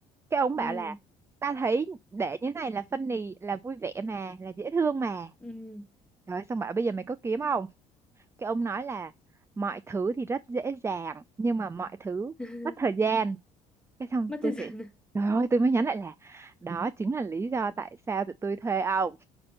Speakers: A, on the right; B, in the centre.
A: cái ông
B: Ừ.
A: bảo là ta thấy để như thế này là funny là vui vẻ mà là dễ thương mà
B: Ừ.
A: rồi xong bảo bây giờ mày có kiếm không cái ông nói là mọi thứ thì rất dễ dàng nhưng mà mọi thứ
B: <laughs>
A: mất thời gian cái xong
B: Mất
A: tôi
B: thời gian
A: phải
B: <laughs> à?
A: <laughs> trời ơi tôi mới nhắn lại là đó chính là lý do tại sao tụi tôi thuê ông